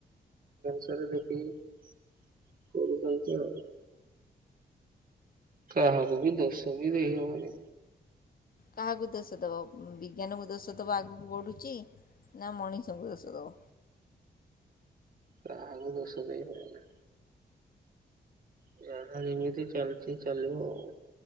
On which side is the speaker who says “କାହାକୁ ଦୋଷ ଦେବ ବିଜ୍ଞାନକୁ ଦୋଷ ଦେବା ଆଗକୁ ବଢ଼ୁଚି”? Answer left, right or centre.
Left